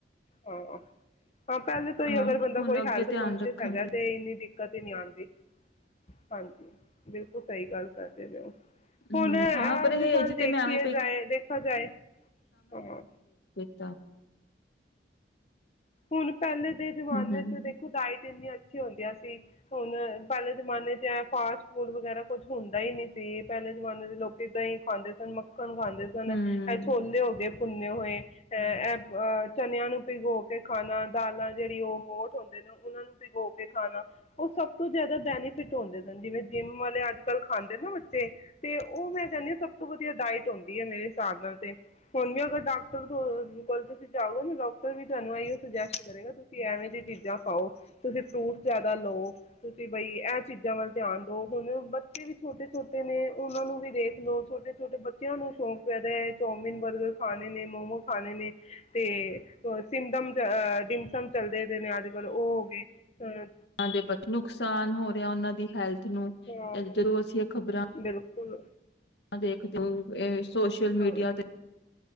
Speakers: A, on the left; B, on the left.
A: ਆਹ ਹਾਂ, ਪਹਿਲੇ ਤੋਂ ਹੀ
B: ਹਾਂ
A: ਅਗਰ ਬੰਦਾ
B: ਹੁਣ
A: ਕੋਈ
B: ਅੱਗੇ
A: ਹੈਲਥ
B: ਧਿਆਨ
A: ਕੋਂਸ਼ੀਅਸ
B: ਰੱਖਾਂਗੀ
A: ਹੈਗਾ ਤੇ ਇੰਨੀ ਕਦੇ ਨ ਆਂ <unintelligible> ਹਾਂਜੀ ਬਿਲਕੁਲ ਸਹੀ ਗੱਲ ਕਰਦੇ ਜਾਓ
B: ਹਮ
A: ਹੁਣ ਅੱਜ
B: ਹਾਂ ਪਰਹੇਜ
A: ਕੱਲ ਦੇਖੀਏ
B: ਤੇ ਮੈਂ ਐਵੇਂ ਪਈ
A: ਜਾਏ ਦੇਖਾ ਜਾਏ ਹ
B: ਹੂੰ
A: ਹੁਣ ਪਹਿਲੇ ਦੇ ਜਮਾਨੇ
B: ਹਮ
A: ਚ ਦੇਖੋ, ਡਾਇਟ ਇੰਨੀਆਂ ਹੁੰਦੀਆਂ ਸੀ, ਹੁਣ ਪਹਿਲੇ ਜ਼ਮਾਨੇ ਚ ਫਾਸਟ ਫੂਡ, ਵਗੈਰਾ ਕੁੱਝ ਹੁੰਦਾ ਹੀ ਨਹੀਂ ਸੀ, ਪਹਿਲੇ ਜ਼ਮਾਨੇ ਚ ਲੋਕ ਇੱਦਾਂ ਹੀ ਖਾਂਦੇ ਸਨ ਚਿਕਣ ਖਾਂਦੇ ਸਨ,
B: ਹਮ
A: ਛੋਲੇ ਹੋ ਗਏ ਭੁੰਨੇ ਹੋਏ ਅਹ ਇਹ ਅਹ ਚੰਨਿਆਂ ਨੂੰ ਭਿਗੋ ਕੇ ਖਾਣਾ ਦਾਲਾਂ ਜਿਹੜੀ ਉਹ ਮੋਠ ਹੁੰਦੇ ਨੇ, ਉਹਨਾਂ ਨੂੰ ਭਿਗੋ ਕੇ ਖਾਣਾ ਉਹ ਸਭ ਤੋਂ ਜ਼ਿਆਦਾ ਬੈਨੀਫਿਟ ਹੁੰਦੇ ਸਨ, ਜਿਵੇਂ ਜਿੰਮ ਵਾਲੇ ਅੱਜ ਕੱਲ੍ਹ ਖਾਂਦੇ ਨਾ ਬੱਚੇ ਤੇ ਉਹ ਮੈਂ ਕਹਿੰਦੀ ਹਾਂ, ਸਭ ਤੋਂ ਵਧੀਆ ਡਾਇਟ ਹੁੰਦੀ ਹੈ, ਮੇਰੇ ਹਿਸਾਬ ਨਾਲ ਤੇ ਹੁਣ ਵੀ ਅਗਰ ਡਾਕਟਰ ਕੋਲ ਜਾਉ ਨਾ ਡਾਕਟਰ ਵੀ ਤੁਹਾਨੂੰ ਸੁਜੈਸਟ ਕਰੇਗਾ, ਤੁਸੀਂ ਐਵੇਂ ਜਿਹੀ ਚੀਜ਼ਾਂ ਖਾਓ, ਤੁਸੀਂ ਫਰੂਟਸ ਜਿਆਦਾ ਲਉ ਤੁਸੀਂ ਬਈ ਇਹ ਚੀਜ਼ਾਂ ਵੱਲ ਧਿਆਨ ਦਉ ਹੁਣ ਬੱਚੇ ਵੀ ਛੋਟੇ ਛੋਟੇ ਨੇ ਉਹਨਾਂ ਨੂੰ ਵੀ ਦੇਖ ਲੋ ਛੋਟੇ ਛੋਟੇ ਬੱਚਿਆਂ ਨੂੰ ਸ਼ੌਂਕ ਪੈਦਾ ਹੈ, ਚੌਮਿਨ, ਬਰਗਰ ਖਾਣੇ ਨੇ ਮੋਮੋ ਖਾਣੇ ਨੇ ਤੇ ਸਿਮਡਮਹ ਡਿਮਸਮ ਚੱਲਦੇ ਨੇ ਅੱਜ ਕੱਲ੍ਹ ਉਹ ਹੋ ਗਏ। ਹਾਂ
B: ਉਹਨਾ ਦੇ ਬਹੁਤ ਨੁਕਸਾਨ ਹੋ ਰਿਹਾ, ਉਹਨਾਂ ਦੀ ਹੈਲਥ ਨੂੰ
A: ਹਾਂ
B: ਜਾਂ ਜਦੋਂ ਅਸੀਂ ਖ਼ਬਰਾਂ
A: ਬਿਲਕੁਲ
B: <unintelligible> ਤੂਥਪੇਸਟ ਸੋਸ਼ਲ ਮੀਡੀਆ
A: ਹਾਂ
B: ਤੇ